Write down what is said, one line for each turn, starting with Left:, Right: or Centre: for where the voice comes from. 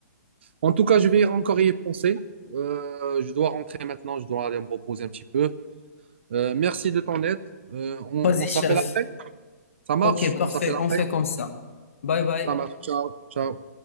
Right: En tout cas, je vais encore y penser. Euh, je dois rentrer maintenant. Je dois aller me reposer un petit peu. Euh, merci de ton aide. Euh, on
Left: Vas-y,
Right: on s'appelle
Left: chef.
Right: après. Ça marche?
Left: Ok, parfait,
Right: On s'appelle
Left: on
Right: après.
Left: fait comme ça. Bye bye.
Right: Ça marche. Ciao. Ciao.